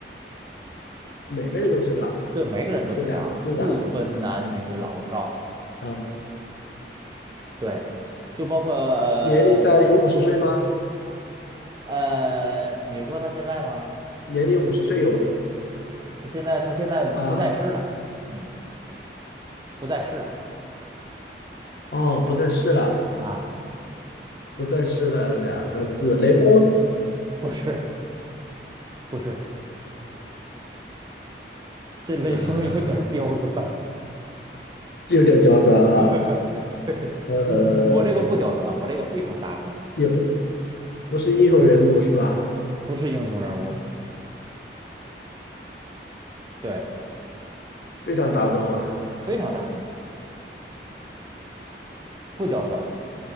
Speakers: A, on the left; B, on the right.
A: 每个人都知道，
B: 对，每个人都知道啊，
A: 还是两个字的，
B: 不分男女老少。
A: 呃，
B: 对，就包括呃
A: 年龄在有五十岁吗？
B: 呃，你说他现在吗？
A: 年龄五十岁有吗？
B: 他现在他现在不在世了，
A: 啊，
B: 嗯，不在世了
A: 哦，不再是了，
B: 啊，
A: 不再是了，两个字，雷锋
B: 不是不是，这雷锋有点儿刁钻，
A: 啊，这有点刁钻哈，
B: <laughs> 对，
A: 呃，
B: 嗯我这个不刁钻，我这个非常大众，
A: 也不不是英雄人物是吧？
B: 不是英雄人物，对，
A: 非常大众啊。
B: 非常大众，不刁钻。